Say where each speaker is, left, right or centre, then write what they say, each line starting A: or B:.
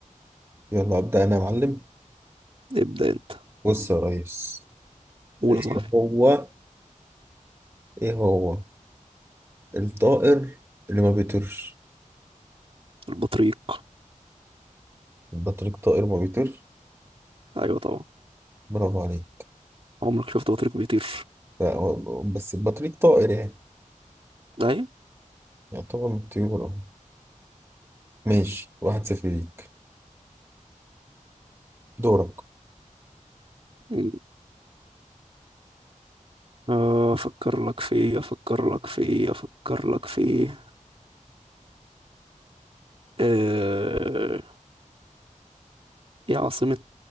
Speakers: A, on the right; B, on the right.
A: يلا ابدا انا يا معلم
B: ابدأ انت
A: بص يا ريس
B: قول
A: إيه
B: يا صاحبي
A: هو ايه هو الطائر اللي ما بيطيرش
B: البطريق
A: البطريق طائر ما بيطيرش
B: ايوه طبعا
A: برافو عليك
B: عمرك شفت بطريق بيطير
A: لا هو- بس البطريق طائر يعني
B: ايوه
A: يعتبر من الطيور اه ماشي واحد صفر ليك دورك
B: مم. آه، افكر لك في ايه افكر لك في ايه افكر لك في ايه آه، ايه عاصمة